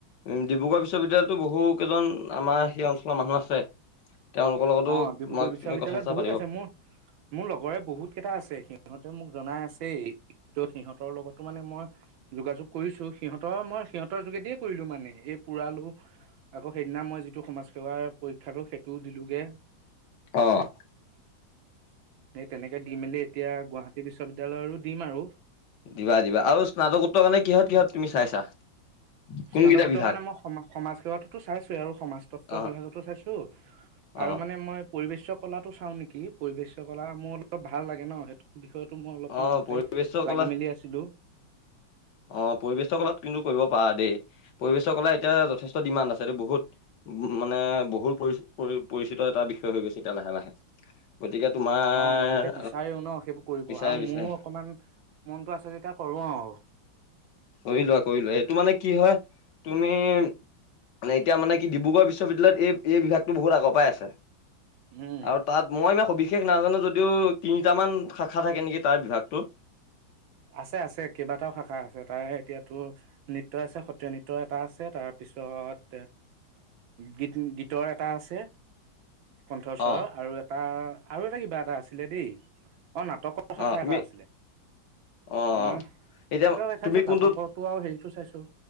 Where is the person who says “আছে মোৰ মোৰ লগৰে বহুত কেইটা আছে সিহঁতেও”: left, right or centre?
Right